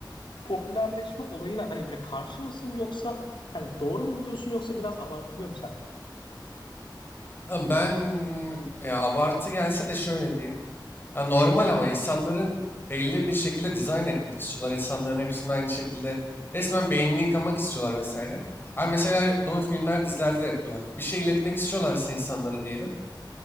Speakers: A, on the left; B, on the left.
A: popülerleşme olayına hani böyle karşı mısın yoksa yani doğru mu buluyorsun yoksa biraz abartılıyor mu sence?
B: Ha ben ya abartı gelse de şöyle diyeyim. Ya normal ama insanların belli bir şekilde dizayn etmek istiyorlar. İnsanların hepsinin aynı şekilde resmen beynini yıkamak istiyorlar vesaire. Ama mesela bunu filmler, dizilerde de yapıyorlar. Bir şey iletmek istiyorlarsa insanlara diyelim.